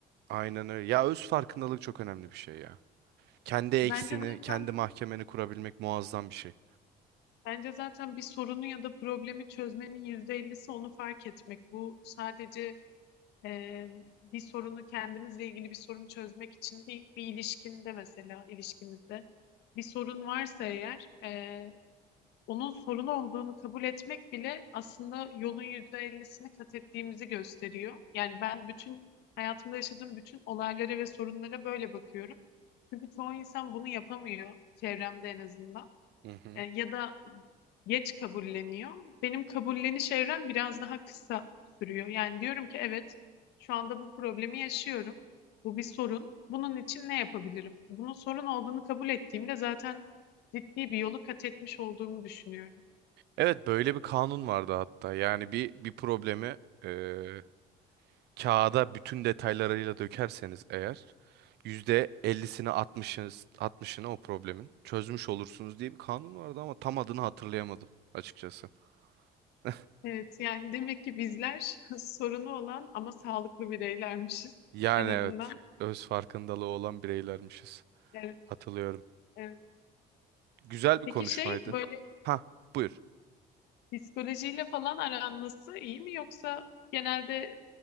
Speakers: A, on the right; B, on the left.
A: aynen öyle. Ya öz farkındalık çok önemli bir şey ya. Kendi eksini,
B: Bence zaten
A: kendi mahkemeni kurabilmek muazzam bir şey.
B: bence zaten bir sorunu ya da problemi çözmenin yüzde elli'si onu fark etmek. Bu sadece e, bir sorunu kendimizle ilgili bir sorunu çözmek için değil, bir ilişkinde mesela ilişkimizde bir sorun varsa eğer e, onun sorun olduğunu kabul etmek bile aslında yolun yüzde elli'sini kat ettiğimizi gösteriyor. Yani ben bütün hayatımda yaşadığım bütün olaylara ve sorunlara böyle bakıyorum. Çünkü çoğu insan bunu yapamıyor çevremde en azından.
A: Hı hı.
B: E, ya da geç kabulleniyor. Benim kabulleniş evrem biraz daha kısa sürüyor. Yani diyorum ki evet şu anda bu problemi yaşıyorum. Bu bir sorun. Bunun için ne yapabilirim? Bunun sorun olduğunu kabul ettiğimde zaten ciddi bir yolu kat etmiş olduğumu düşünüyorum.
A: Evet böyle bir kanun vardı hatta. Yani bir bir problemi eee, kağıda bütün detaylarıyla dökerseniz eğer %50'sini 60'ını 60'ını o problemin çözmüş olursunuz diye bir kanun vardı ama tam adını hatırlayamadım açıkçası. <laughs>
B: Evet yani demek ki bizler <laughs> sorunu olan ama sağlıklı bireylermişiz.
A: Yani
B: En azından
A: evet öz farkındalığı olan bireylermişiz.
B: evet,
A: Hatırlıyorum.
B: evet.
A: Güzel bir
B: Peki
A: konuşmaydı.
B: şey böyle
A: Ha, buyur.
B: Psikolojiyle falan aran nasıl? İyi mi yoksa genelde